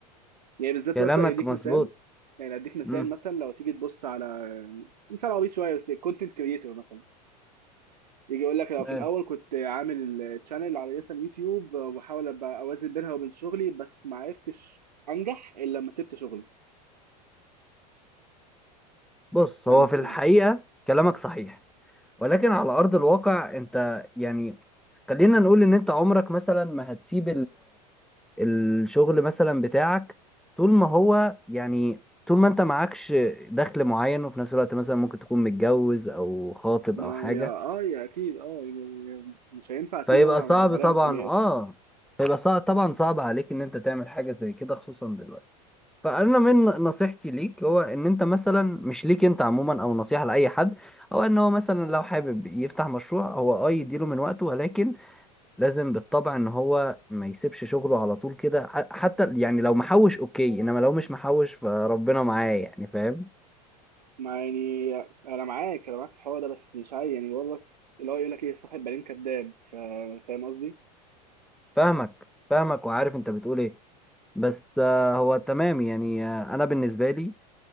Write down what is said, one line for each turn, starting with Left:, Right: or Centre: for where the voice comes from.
Right: يعني بالذات
Centre: كلامك
Right: مثلا يديك
Centre: مظبوط
Right: مثال يعني اديك مثال
Centre: مم.
Right: مثلا لو تيجي تبص على مثال عبيط شوية بس كونتنت كريتور مثلا يجي يقول لك لو
Centre: مال
Right: في الاول كنت عامل تشانل على لسه اليوتيوب وبحاول ابقى اوازن بينها وبين شغلي بس ما عرفتش انجح الا لما سبت شغلي
Centre: بص
Right: فانت
Centre: هو في الحقيقه كلامك صحيح ولكن على ارض الواقع انت يعني خلينا نقول ان انت عمرك مثلا ما هتسيب الشغل مثلا بتاعك طول ما هو يعني طول ما انت معكش دخل معين وفي نفس الوقت مثلا ممكن تكون متجوز او خاطب
Right: ما
Centre: او حاجة
Right: يا اه يا اكيد اه يعني مش هينفع اسيبه
Centre: فيبقى
Right: وانا وعليا
Centre: صعب طبعا
Right: مسؤوليات
Centre: اه فيبقى صعب طبعا صعب عليك ان انت تعمل حاجة زي كده خصوصا دلوقتي فانا من نصيحتي ليك هو ان انت مثلا مش ليك انت عموما او نصيحة لاي حد او ان هو مثلا لو حابب يفتح مشروع هو اه يديله من وقته ولكن لازم بالطبع ان هو ما يسيبش شغله على طول كده ح- حتى يعني لو محوش اوكي انما لو مش محوش فربنا معاه يعني فاهم
Right: ما يعني انا معاك انا معاك في الحوار ده بس مش عايز يعني بقول لك اللي هو يقول لك ايه صاحب بالين كداب فا- فاهم قصدي؟
Centre: فاهمك فاهمك وعارف انت بتقول ايه بس آه، هو تمام يعني آه، انا بالنسبه لي